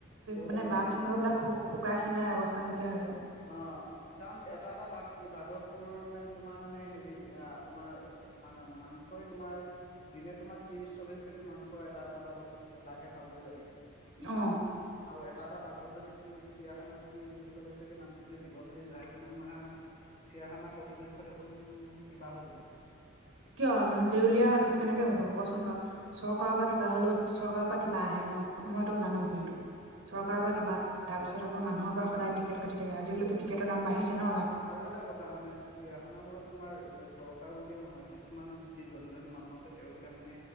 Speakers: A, on the left; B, on the right.
A: বহুতক
B: মানে
A: নিদিয়ে
B: বাঘসিংহ
A: সেইটো
B: বিলাক
A: হয়
B: শুকাই খিনাই অৱস্থা নাইকিয়া হৈ যায়।
A: অ অ কাৰণ এটা এটা বাঘ বাঘক তোৰ মানে তোমাৰ মানে হেৰি অ তোমাৰ মা মাংসই তোমাৰ দিনে তোমাৰ ত্ৰিশ চল্লিশ কেজি মাংস এটা এটা বাঘক বাঘে খাবই লাগে।
B: অ।
A: আৰু এটা এটা বাঘক যদি তুমি চিৰিয়াখানাত যদি ত্ৰিশ চল্লিশ কেজি মাংস যদি দিব যদি যায় তেনে মা চিৰিয়াখানা কৰ্তৃপক্ষ দেখোন কিবা হৈ যাব।
B: কিয় মানে দেউলীয়া কেনেকে হ'ব কোৱাচোন বাৰু চ ৰকাৰৰ পৰা কিবা হ'লেও চৰকাৰৰ পৰা কিবা আহে ন মই তোক জানো কিন্তু চৰকাৰৰ
A: হয়
B: পৰা কিবা তাৰ পিছত আকৌ মানুহৰ পৰা সদায় টিকট কাটি থাকে আজিকালিটো টিকটৰ দাম বাঢিছে ন
A: আৰু এটা কথা মানে চিৰিয়াখানা বোৰত তোমাৰ চৰকাৰ বুলিয়ে নহয় কিছুমান যি ধনী ধনী মানুহ আছে তেওঁলোকে মানে